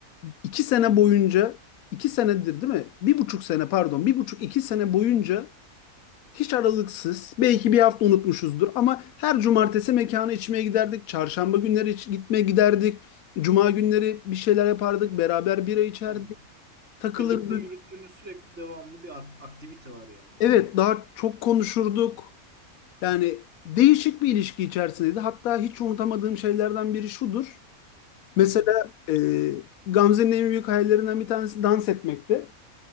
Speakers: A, on the left; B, on the right.
A: iki sene boyunca iki senedir değil mi? Bir buçuk sene pardon. Bir buçuk iki sene boyunca hiç aralıksız. Belki bir hafta unutmuşuzdur ama her cumartesi mekana içmeye giderdik. Çarşamba günleri iç- gitmeye giderdik. Cuma günleri bir şeyler yapardık. Beraber bira içerdik.
B: Aynen.
A: Takılırdık.
B: Birlikte yürüttüğünüz sürekli devamlı bir at- aktivite var yani.
A: Evet daha çok konuşurduk. Yani değişik bir ilişki içerisindeydi. Hatta hiç unutamadığım şeylerden biri şudur. Mesela
B: Hı hı.
A: e, Gamze'nin en büyük hayallerinden bir tanesi dans etmekti.